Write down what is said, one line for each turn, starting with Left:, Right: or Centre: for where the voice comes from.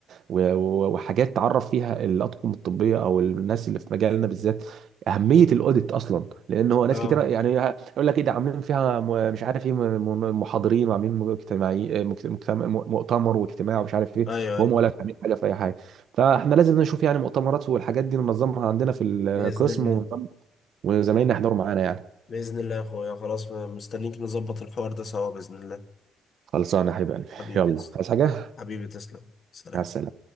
Right: و- و- وحاجات تعرف فيها الاطقم الطبيه او الناس اللي في مجالنا بالذات اهميه الاوديت اصلا لان هو ناس
Left: اه
Right: كتير يعني يقول لك ايه ده عاملين فيها م- مش عارف ايه م- م- محاضرين وعاملين مجتمعي مجت- مجتمع مؤتمر واجتماع ومش عارف ايه
Left: ايوه
Right: وهم
Left: ايوه
Right: ولا عاملين حاجه في اي حاجه فاحنا لازم نشوف يعني مؤتمرات والحاجات دي ننظمها عندنا في القسم
Left: باذن الله
Right: ونظم- وزمايلنا يحضروا معانا يعني
Left: باذن الله يا اخويا خلاص مستنيك نظبط الحوار ده سوا باذن الله
Right: خلصانه يا حبيب قلبي
Left: حبيبي
Right: يلا
Left: تسلم،
Right: عايز حاجه
Left: حبيبي تسلم سلام
Right: مع السلامه